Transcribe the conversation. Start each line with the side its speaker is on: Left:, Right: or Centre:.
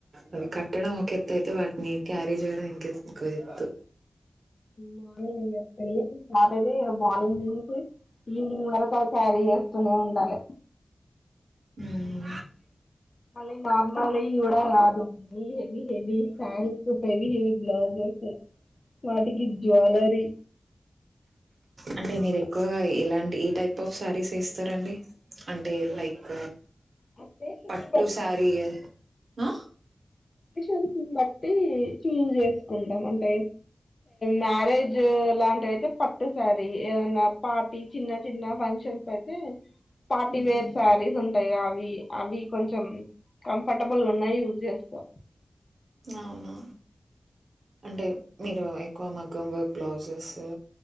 Right: అవి కట్టడం ఒక ఎత్త్త అయితే వాటిని క్యారీ చేయడం ఇంకె ఎత్తు
Left: మా ని అయక్కని స్టార్ట్ అయితే మార్నింగ్ చేసి ఈవినింగ్ వల త క్యారీ చేస్తూనే ఉండాలి
Right: మ్మ్
Left: మే నార్మా కూడాడ యాద ఉవి శారీక్ హెవిీ హెవిీ బ్లౌజస్ వాటికి జువెలరీ
Right: అంటే మీరు ఎక్కువగా ఎలాంటి ఏ టైప్ ఆఫ్ శారీస్ వేస్తారండి అంటే లైక్
Left: అకేషన్
Right: పట్టు
Left: ని బట్టి
Right: సారయ హ
Left: షని బట్టి చూజ చేసుకుంటాం అంటే మ్యారేజ్ ఇలాంటివి అయితే పట్టుసారి ఏమన్నా పార్టీ చిన్న చిన్న ఫంక్షన్స్ అయితే పార్టీవేర్
Right: హ్మ్
Left: సారీ స ా అవి అవి కొంచెం కంఫర్టబుల్ ఉన్నాయి యూజ్ చేసుకో
Right: అవును అంటే మీరు ఎక్కువ మగ్గం వర్క్ బ్లౌజెస్